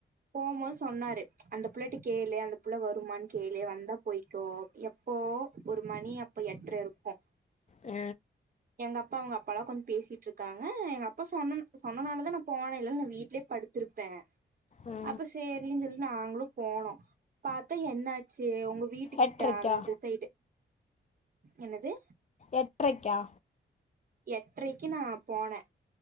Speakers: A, on the right; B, on the left.
A: போகுபோது சொன்னாரு அந்த புள்ளைட்டு கேளு அந்த புள்ள வருமான்னு கேளு வந்தா போய்க்கோ எப்போ ஒரு மணி அப்போ எட்டுரை இருக்கு
B: உ
A: எங்க அப்பா அவங்க அப்பா எல்லா கொஞ்ச பேசிட்டு இருக்காங்க எங்க அப்பா சொன்ன சொன்னனால தா நா போனன்ல இல்லன்னா வீட்டிலேயே படு படுத்திருப்பே
B: ஆ.
A: அப்ப சேரின்னு சொல்லி நாங்களு போனோ பாத்தா என்னாச்சு உங்க வீட்டு
B: எட்டரைக்கா
A: கிட்ட அந்த சைடு என்னது
B: எட்டறைக்கா
A: எட்டரைக்கு நா போனே